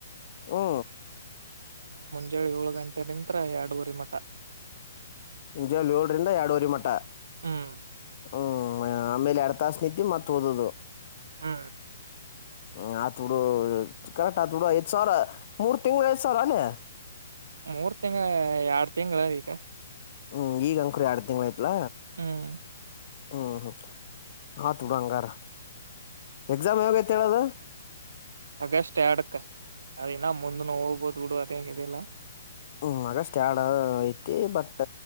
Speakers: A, on the left; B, on the right.
A: ಹ್ಮ.
B: ಯೋಳ್ ಏಳು ಗಂಟೆ ನಿಂತ್ರ ಅಡುವರಿ ಮಟ
A: ಮುಂಜಳ್ ಯೋಳ್ರಿಂದ ಎರ್ಡುವರಿ ಮಠ
B: ಹ್ಮ್
A: ಹ್ಮ್ ಆಮೇಲೆ ಎಡ್ ತಾಸ್ ನಿದ್ದಿ ಮತ್ ಓದದು.
B: ಹ್ಮ
A: ಹ ಆಯ್ತ್ ಬಿಡು ಕರೆಕ್ಟ್ ಆಯ್ತ್‌, ಬುಡು ಐದ್ ಸಾವಿರ ಮೂರ್ ತಿಂಗಳು, ಐದ ಸಾವಿರ ಅಲ್ಲೇ
B: ಮೂರ್ ತಿಂಗ್ಳು ಎರಡ್ ತಿಂಗಳ ಈಗ
A: ಹ್ಮ್ ಈಗ ಅಂಕೂರಿ ಎರಡ್ ತಿಂಗಳ ಯತು ಎಲ
B: ಹ್ಮ್
A: ಹ್ಮ್ ಹ್ಮ್ ಅತ್ ಬುಡು ಹಂಗಾರ ಎಕ್ಸಾಮ್ ಯಾವಾಗೈತಿ ಹೇಳದ?
B: ಅಗಷ್ಟ ಅಡ್ಕ್ ಅದಿನ್ನ ಮುಂದ ನ ಹೋಗ್ಬಹದು ಬಿಡು ಅದ್ಯೆನ್ ಇದಿಲ್ಲ.
A: ಹ್ಮ್ ಆಗಷ್ಟ ಎರ್ಡ ಐತಿ, ಬಟ್